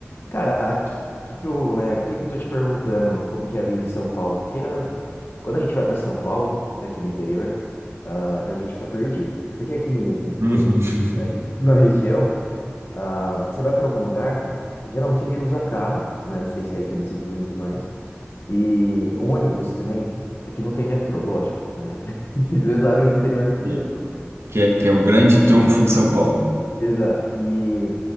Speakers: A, on the left (about 55°); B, on the right (about 70°).
A: Cara, a, que, que eu, né, por que que eu tô te perguntando como que é a vida em São Paulo? Porque ah, quando a gente vai pra São Paulo, daqui do interior, ah, a gente fica perdido. Porque aqui em
B: Uhum.
A: todo
B: <laughs>
A: na, re- na região, ah, você vai pra algum lugar, cara, geralmente a gente usa carro, né? Não sei se aí também se usa muito mais. E ônibus também. Aqui não tem metrô, lógico, né? <laughs> Eles sabem que no interior não tem
B: Sim.
A: metrô.
B: Que é, que é o grande trunfo de São Paulo.
A: Exato. E